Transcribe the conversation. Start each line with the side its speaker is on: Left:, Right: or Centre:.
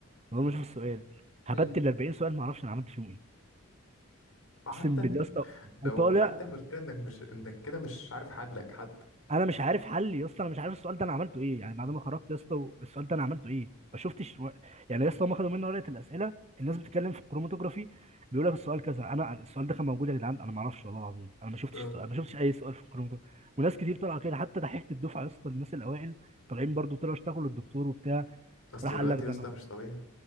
Right: من غير ما اشوف السؤال هبت
Left: مم.
Right: ال 40 سؤال ما اعرفش انا عملت فيهم ايه
Left: وحتى
Right: اقسم بالله يا اسطى
Left: ده
Right: وطالع
Left: وحتى المشكلة انك مش انك كده مش عارف حدلك حتى
Right: انا مش عارف حل يا اسطى انا مش عارف السؤال ده انا عملته ايه يعني بعد ما خرجت يا اسطى السؤال ده انا عملته ايه ما شفتش و... يعني يا اسطى هم خدوا مني ورقه الاسئله الناس بتتكلم في الكروماتوجرافي بيقول لك السؤال كذا انا السؤال ده كان موجود يا جدعان انا ما اعرفش والله العظيم انا ما شفتش
Left: اه
Right: السؤال ما شفتش اي سؤال في الكروماتوجرافي وناس كتير طالعه كده حتى دحيحه الدفعه يا اسطى الناس الاوائل طالعين برضو طلعوا اشتغلوا الدكتور وبتاع
Left: اصل
Right: راح
Left: الوقت
Right: قال لك ده
Left: يا اسطى
Right: انا
Left: مش طبيعي